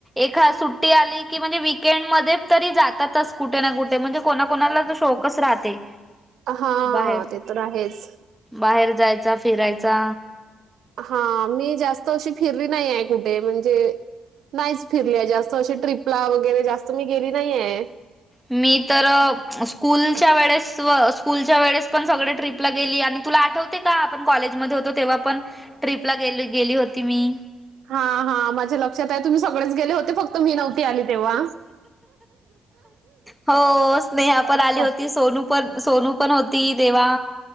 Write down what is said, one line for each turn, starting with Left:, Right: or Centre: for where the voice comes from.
Centre: एखा सुट्टी आली की म्हणजे वीकेंड मध्ये तरी जातातच कुठे ना कुठे म्हणजे कोणा कोणाला शोकस राहते.
Right: हा
Centre: बाहेर
Right: ते तर आहेच.
Centre: बाहेर जायचा फिरायचा.
Right: हा मी जास्त अशी फिरली नाही आहे कुठे म्हणजे नाहीच फिरलीय जास्त अशी ट्रिपला वगैरे जास्त मी गेली नाहीे.
Centre: मी तर स्कूलच्या वेळेस स्कूलच्या वेळेस पण सगळे ट्रीप ला गेली आणि तुला आठवत का आपण कॉलेजमध्ये होतो तेव्हा पण ट्रीप ला गेली होती मी.
Right: हा हा माझ्या लक्षात आहे तुम्ही सगळेच गेले होते फक्त मी नव्हते. आली तेव्हा
Centre: हो स्नेहा
Right: हा
Centre: पण
Right: हा.
Centre: आली होती सोनू पण सोनू पण होती तेव्हा.